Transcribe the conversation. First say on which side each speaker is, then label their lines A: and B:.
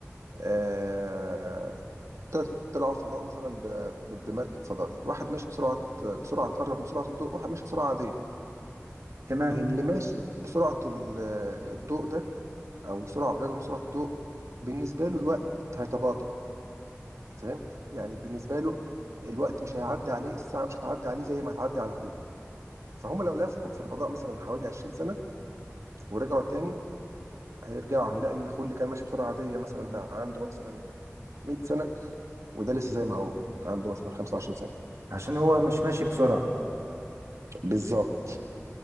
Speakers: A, on the right (about 85°); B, on the right (about 70°).
A: آه طل- طلعوا فضاء مثلا ب- ب- بمركب فضائي واحد ماشي بسرعه بسرعه تقرب من سرعه الضوء واحد ماشي بسرعه عاديه
B: تمام
A: اللي ماشي بسرعه ال- الضوء ده او سرعه قريبه من سرعه الضوء بالنسبه له الوقت هيتباطأ فاهم يعني بالنسبه له الوقت مش هيعدي عليه الساعه مش هتعدي عليه زي ما هتعدي على اخوه فهم لو لفوا في الفضاء مثلا حوالي 20 سنه ورجعوا تاني هيرجعوا هيلاقي ان اخوه اللي كان ماشي بسرعه عاديه مثلا بقى عنده مثلا 100 سنه وده لسه زي ما هو عنده مثلا 25 سنه
B: عشان هو مش ماشي بسرعه
A: بالظبط